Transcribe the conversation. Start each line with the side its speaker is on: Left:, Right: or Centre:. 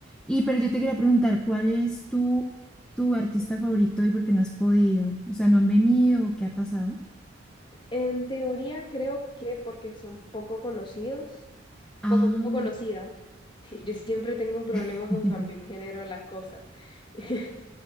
Centre: Y pero yo te quería preguntar, ¿cuál es tu, tu artista favorito y por qué no has podido? O sea, ¿no han venido? ¿Qué ha pasado?
Left: En teoría creo que porque son poco conocidos,
Centre: Ah,
Left: poco conocidas. <laughs> Yo siempre tengo un problema
Centre: <laughs>
Left: con cambiar el género a las cosas. <laughs>